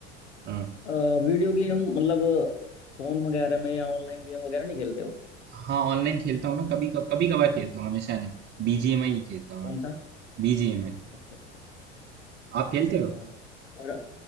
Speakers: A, on the right; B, on the left.
A: हाँ
B: अ, वीडियो गेम मतलब फोन वगैरह में या ऑनलाइन गेम वगैरह नहीं खेलते हो
A: हाँ ऑनलाइन खेलता हूँ ना कभी कभी कभार खेलता हूँ हमेशा नहीं बीजीएमआई ही खेलता हूँ
B: कौन
A: मैं
B: सा
A: बीजीएमआई
B: अच्छा अच्छा अच्छा
A: आप खेलते
B: अच्छा
A: हो
B: और